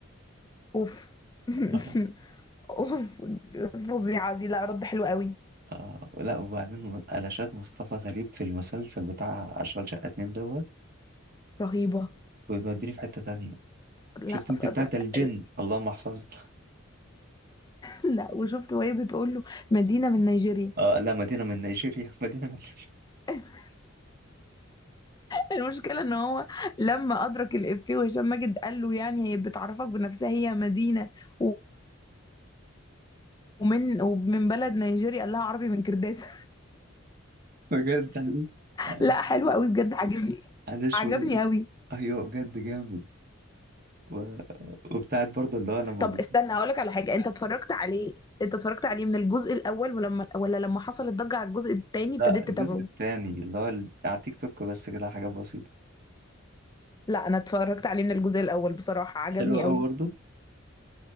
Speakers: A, on the left; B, on the right.
A: اوف <laughs>
B: <laughs>
A: اوف فظيعه دي لا رد حلو قوي
B: آه لا وبعدين قلشات مصطفى غريب في المسلسل بتاع أشغال شقة اتنين دوت
A: رهيبه
B: بيوديني في حتة تانية
A: لا
B: شفت انت
A: ف... <laughs>
B: بتاعت الجن اللهم احفظنا
A: لا وشفت وهي بتقول له مدينه من نيجيريا
B: اه لا مدينة من نيجيريا <laughs> مدينة من نيجيريا
A: <laughs> المشكلة ان هو لما ادرك الافيه وهشام ماجد قال له يعني هي بتعرفك بنفسها هي مدينة و- ومن ومن بلد نيجيريا قال لها عربي من كرداسة
B: بجد عليه
A: <laughs>
B: عليه
A: لا حلو قوي بجد عجبني
B: عليه شوية
A: عجبني قوي
B: ايوه بجد جامد و... وبتاعت برضه اللي هو لما
A: طب
B: بت...
A: استنى هقولك على حاجة انت اتفرجت عليه انت اتفرجت عليه من الجزء الاول ولما ولا لما حصل الضجة على الجزء التاني ابتديت
B: لا الجزء
A: تتابعه
B: التاني اللي هو ال- على تيك توك بس كده حاجات بسيطة
A: لا انا اتفرجت عليه من الجزء الاول بصراحة عجبني
B: حلوة قوي
A: قوي
B: برضه